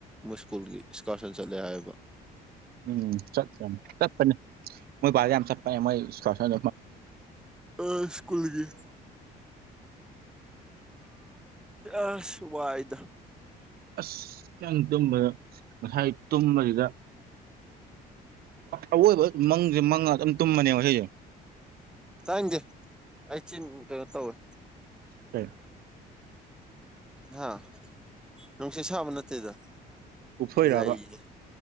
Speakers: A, in the centre; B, on the right.
A: ꯃꯣꯏ ꯁ꯭ꯀꯨꯜꯒꯤ ꯏꯁꯀꯥꯔꯁꯟ ꯆꯠꯂꯦ ꯍꯥꯏꯕ
B: ꯎꯝ ꯆꯠ ꯆꯄꯅꯦ ꯃꯣꯏꯖ ꯁꯄꯅꯦ ꯃꯣꯏ ꯈꯔꯣꯏ
A: ꯑ ꯁꯀꯨꯜꯒꯤ ꯑꯁ ꯋꯥꯏꯗ
B: ꯑꯁꯇꯪ ꯇꯨꯝꯕꯗ ꯉꯁꯥꯏ ꯇꯨꯝꯕꯁꯤꯗ ꯑꯋꯣꯏꯕ ꯃꯪꯁꯦ ꯃꯪꯉ ꯑꯗꯨꯝ ꯇꯨꯝꯃꯅꯦꯕ ꯁꯤꯁꯦ
A: ꯇꯖꯦ ꯑꯩꯁꯤ ꯇꯧꯕ
B: ꯀꯩ
A: ꯍꯥ ꯅꯨꯡꯁꯤ ꯁꯕ ꯅꯠꯇꯦꯗ
B: ꯄꯞꯊꯣꯏꯔꯕ
A: ꯂꯩꯅꯤ